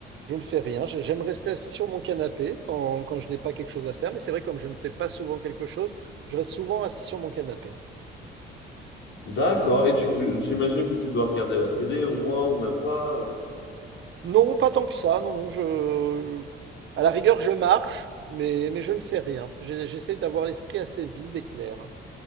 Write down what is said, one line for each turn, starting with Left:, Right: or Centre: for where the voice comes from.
Right: je ne fais rien. J'ai- J'aime rester assis sur mon canapé quand, quand je n'ai pas quelque chose à faire, mais c'est vrai, comme je ne fais pas souvent quelque chose, je reste souvent assis sur mon canapé.
Left: D'accord. Et tu, reg- j'imagine que tu dois regarder la télé au moins ou même pas. euh.
Right: Non, pas tant que ça. Non, non, je, à la rigueur, je marche, mais, mais je ne fais rien. J'ai- J'essaie d'avoir l'esprit assez vide et clair.